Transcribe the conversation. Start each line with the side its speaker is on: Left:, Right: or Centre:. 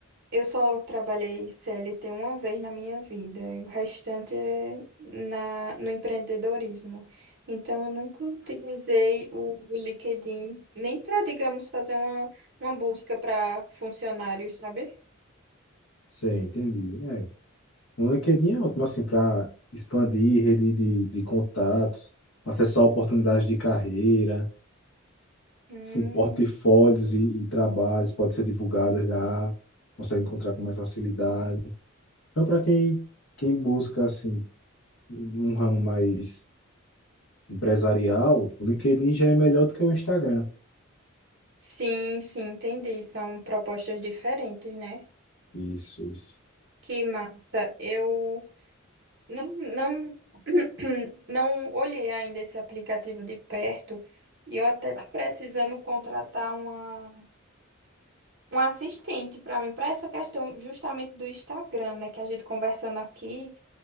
Right: Eu só trabalhei CLT uma vez na minha vida, e o restante é na, no empreendedorismo. Então, eu nunca utilizei o, o LinkedIn nem para, digamos, fazer uma, uma busca para funcionários, sabe?
Left: Sei, entendi. É, um LinkedIn é ótimo, assim, para expandir rede de, de contatos, acessar oportunidades de carreira,
Right: Hum.
Left: assim, portfólios e, e trabalhos podem ser divulgados lá, consegue encontrar com mais facilidade. Então, para quem, quem busca, assim, um ramo mais empresarial, o LinkedIn já é melhor do que o Instagram.
Right: Sim, sim, entendi. São propostas diferentes, né?
Left: Isso, isso.
Right: Que massa. Eu não, não, <clears throat> não olhei ainda esse aplicativo de perto e eu até tô precisando contratar uma. um assistente para mim, para essa questão justamente do Instagram, né? Que a gente conversando aqui,